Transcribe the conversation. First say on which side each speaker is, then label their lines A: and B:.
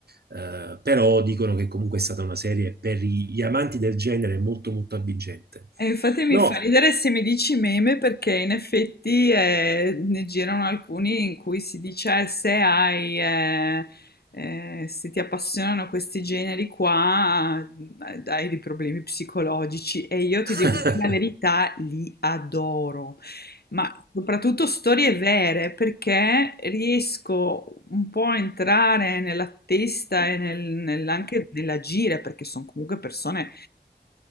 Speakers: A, on the right; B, on the left.
A: eh, però dicono che comunque è stata una serie per gli amanti del genere molto molto avvincente.
B: E infatti mi
A: No,
B: fa ridere se mi dici meme perché in effetti eh, ne girano alcuni in cui si dice "Eh, se hai, eh, eh, se ti appassionano questi generi qua, eh, hai dei problemi psicologici e io ti
A: <laughs>
B: devo dire la verità, li adoro, ma soprattutto storie vere perché riesco un po' a entrare nella testa e nel- nel- anche nell'agire perché sono comunque persone